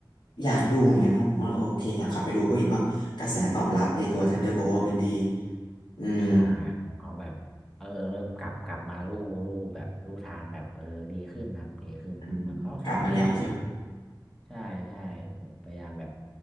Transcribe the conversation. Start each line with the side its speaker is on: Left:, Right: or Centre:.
Left: อยากดูเหมือนกันนะผมว่าโอเคอยากกลับไปดูเพราะเห็นว่ากระแสตอบรับไอตัว Thunderbolt มันดีอืม
Centre: ใช่เขาเขาแบบเออเริ่มกลับกลับมาลู่ลู่แบบลู่ทางแบบเออดีขึ้นครับดีขึ้นเหมือนเขาหาแนวอื่น
Left: อืมกลับมาแล้วใช่ไหม
Centre: ใช่ใช่แบบพยายามแบบ